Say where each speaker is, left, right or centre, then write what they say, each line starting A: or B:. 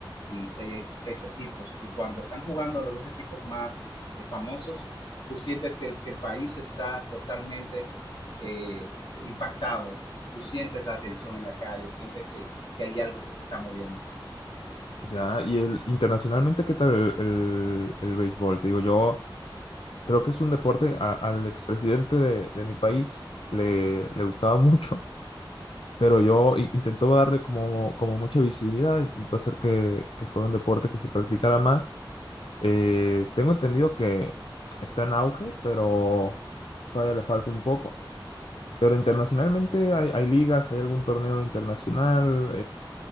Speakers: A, on the left; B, on the left.
A: y seis seis equipos. Y cuando están jugando los dos equipos más eh, famosos, tú sientes que el, que el país está totalmente eh, impactado. Tú sientes la tensión en la calle, sientes que, que hay algo que se está moviendo.
B: Ya, y el, internacionalmente, ¿qué tal el, el béisbol? Te digo, yo creo que es un deporte, a- al expresidente de, de mi país le, le gustaba <laughs> mucho, pero yo i- intentó darle como, como mucha visibilidad, intentó hacer que, que fuera un deporte que se practicara más. Eh, tengo entendido que está en auge, pero todavía le falta un poco. Pero internacionalmente hay, hay ligas, hay algún torneo internacional,